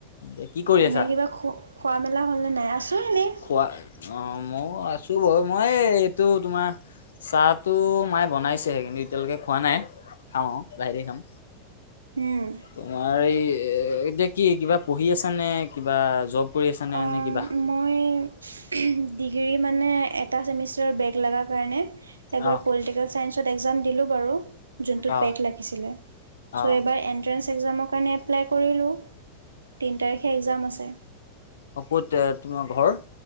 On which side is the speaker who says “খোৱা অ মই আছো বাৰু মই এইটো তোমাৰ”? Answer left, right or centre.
Left